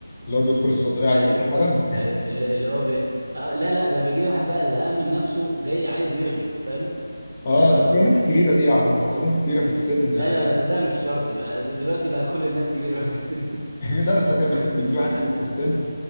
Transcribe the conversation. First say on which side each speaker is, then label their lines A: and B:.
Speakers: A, on the left; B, on the right.
A: اللي هو بيدخل
B: م.
A: الصيدليه عايز
B: ايوه
A: يمشي حالا
B: ايوه اللي اللي هو بي... آه لا لا ده بيجي لي واحد بقى زهقان من نفسه جاي عايز يرغي فاهم
A: <laughs> اه
B: اللي هو
A: دي بتبقى
B: هو
A: الناس
B: مش
A: الكبيره
B: عايز
A: دي يا عم
B: هو
A: بتبقى الناس الكبيره في السن يعني،
B: لا لا لا صدق مش شرط بقى دلوقتي بقى كل الناس كبيرة في السن
A: <laughs> لا اصل كان مثلا بيجي
B: <laughs>
A: لي واحد
B: لا
A: كبير في السن